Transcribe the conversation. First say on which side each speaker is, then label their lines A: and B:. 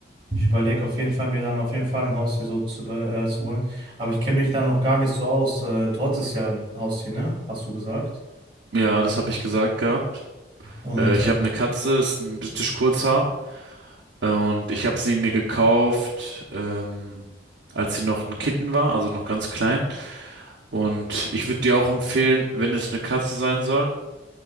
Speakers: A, on the right (about 30°); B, on the right (about 80°).
A: ich überlege auf jeden Fall, mir dann auf jeden Fall ein Haustier so zu, be- äh, zu holen. Aber ich kenne mich da noch gar nicht so aus. Äh, du hattest ja ein Haustier, ne? Hast du gesagt.
B: Ja, das habe ich gesagt gehabt.
A: Und
B: Äh, ich
A: äh,
B: habe eine Katze, ist ein britisch Kurzhaar. Und ich habe sie mir gekauft, ähm, als sie noch ein Kitten war, also noch ganz klein. Und ich würde dir auch empfehlen, wenn es eine Katze sein soll,